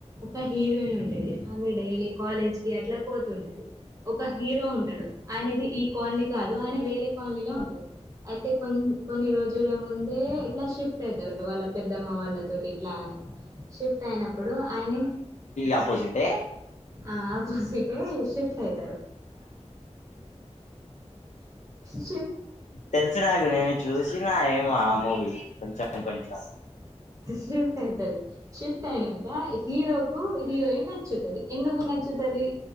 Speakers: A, on the right (about 30°); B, on the left (about 85°).
A: ఒక హీరోయిన్ ఉంటది ఆమె డె డైలీ కాలేజ్ కి అట్లా పో ఉంటది ఒక హీరో ఉంటడు ఆయనది ఈ కాలనీ కాదు ఆయన వేరే కాలనీలో ఉంటది అయితే కొన్ కొన్ని రోజుల ముందే ఇట్లా షిఫ్ ట్ అయితరు వాళ్ళ పెద్దమ్మ వాళ్ళతోటి ఇట్లా అని షిఫ్ట్ అయినప్పుడు ఆయనే
B: ఆపోజట్
A: ఆ ఆపోజిట్ే ిఫ్ట్ అయితారు శి
B: తెలిసుినకు నేను చూసిన ఏమో ఆ మూవీ కొంచెం కొంచెం
A: షిఫ్ట్ అయితారు షిఫ్ట్ అయినాక హీరో కు హీరోయిన్ నచ్చుతుంది ఎందుకు నచ్చుతుది